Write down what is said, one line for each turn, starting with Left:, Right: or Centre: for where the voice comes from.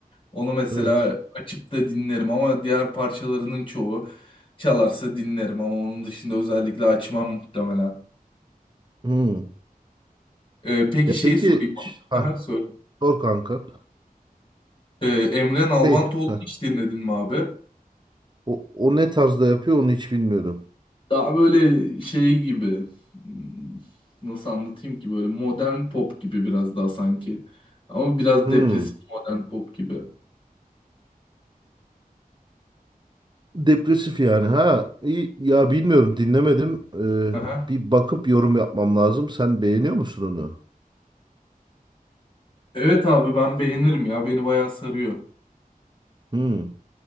Left: Onu mesela
Right: evet.
Left: açıp da dinlerim ama diğer parçalarının çoğu çalarsa dinlerim ama onun dışında özellikle açmam muhtemelen.
Right: Hı.
Left: Ee, peki
Right: Ya
Left: şeyi
Right: peki
Left: sorayım. <laughs>
Right: ş-
Left: Aha,
Right: ha
Left: Söyle.
Right: sor kanka.
Left: Ee, Emre Nalbantoğlu'nu
Right: Şey ha,
Left: hiç dinledin mi abi?
Right: o, o ne tarzda yapıyor onu hiç bilmiyorum.
Left: Daha böyle şey gibi hmm, nasıl anlatayım ki böyle modern pop gibi biraz daha sanki. Ama biraz
Right: Hmm.
Left: depresif modern pop gibi.
Right: Depresif yani ha. İyi, ya bilmiyorum dinlemedim.
Left: Aha.
Right: Ee, bir bakıp yorum yapmam lazım. Sen beğeniyor musun onu?
Left: Evet abi ben beğenirim ya. Beni bayağı sarıyor.
Right: Hmm.